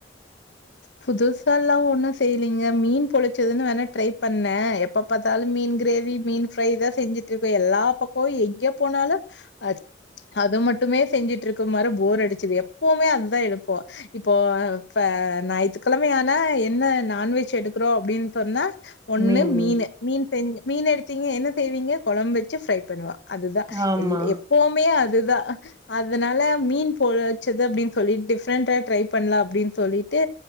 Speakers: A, on the right (about 20°); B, on the left (about 70°).
A: <inaudible>
B: புதுசால்லா ஒன்னு செய்லீங்க மீன் பொழிச்சதுன்னு வேணா ட்ரை பண்ண எப்பப் பாத்தாலு மீன் கிரேவி மீன் ஃப்ரை இதா செஞ்சுட்ருக்கோ எல்லா பக்கோ எங்கே போனாலு அத் அது மட் ட்டுமே செஞ்சுட்ருக்குமாரு போர் அடிச்சிது எப்போமே அதுதா எடுப்போ இப்போ இப்ப நாயி கழமை ஆனா என்ன நான்வெஜ் எடுக்குறோ அப்டின் சொன்னா ஒன்னு
A: மீன்
B: மீனு மீன் செஞ் மீன் எடுத்தீங்க என்ன செய்வீங்க கொழம் வெச்சு ஃப்ரை பண்ணுவ அதுதா
A: ஆமா
B: எல் எப் போமே அதுதா அதனால மீன் போல் வச்சது அப்டின் சொல்லி டிஃப்ரெண்டா ட்ரை பண்லா அப்டின் சொல்லி டு